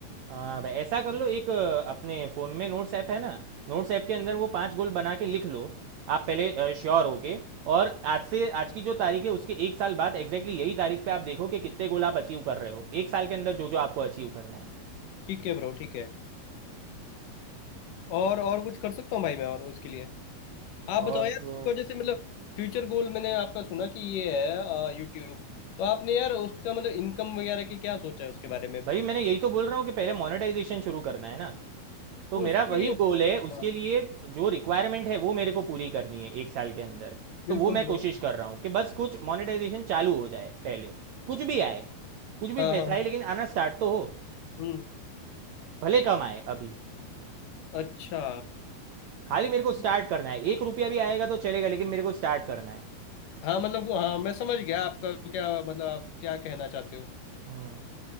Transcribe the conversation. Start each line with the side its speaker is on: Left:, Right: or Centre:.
Right: हाँ भाई ऐसा कर लो एक अ, अपने फ़ोन में नोट्स ऐप है ना नोट्स ऐप के अंदर वो पांच गोल बना के लिख लो आप पहले श्योर होके और आज से आज की जो तारीख है उसके एक साल बाद एग्जैक्टली यही तारीख पे आप देखो कि कितने गोल आप अचीव कर रहे हो एक साल के अंदर जो जो आपको अचीव करना है
Left: ठीक है ब्रो ठीक है और और कुछ कर सकता हूँ भाई मैं और इसके लिए आप बताओ
Right: और
Left: यार
Right: तो
Left: आपको जैसे मतलब फ्यूचर गोल मैंने आपका सुना कि ये है यूट्यूब तो आपने यार उसका मतलब इनकम वगैरह की क्या सोचा है उसके बारे में
Right: भाई
Left: तो
Right: मैंने यही तो बोल रहा हूँ कि पहले मोनेटाइजेशन शुरू करना है ना तो मेरा
Left: उसके
Right: वही
Left: लिए
Right: गोल है उसके
Left: हाँ
Right: लिए जो रिक्वायरमेंट है वो मेरे को पूरी करनी है एक साल के अंदर तो
Left: बिल्कुल
Right: वो मैं कोशिश
Left: ब्रो
Right: कर रहा हूँ कि बस कुछ मोनेटाइजेशन चालू हो जाए पहले कुछ भी आए कुछ भी
Left: हाँ
Right: पैसा
Left: हाँ हाँ
Right: आए लेकिन आना स्टार्ट तो हो
Left: हम्म
Right: भले कम आए अभी
Left: अच्छा
Right: खाली मेरे को
Left: ठीक
Right: स्टार्ट
Left: है।
Right: करना है एक रुपया भी आएगा तो चलेगा लेकिन मेरे को स्टार्ट करना है
Left: हाँ मतलब वो- हाँ मैं समझ गया आपका क्या मतलब आप क्या कहना चाहते हो
Right: हम्म